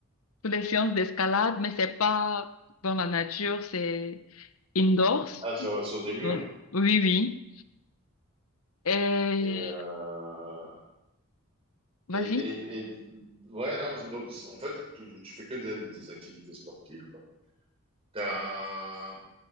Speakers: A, on the left; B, on the right.
A: pour des séances d'escalade, mais c'est pas dans la nature, c'est indoors.
B: Ah, sur, sur des murs.
A: Donc, oui, oui. Et
B: Et, euh,
A: vas-y.
B: et, et, et- ouais, non, donc, en fait, tu, tu fais que des, des activités sportives, quoi. T'as,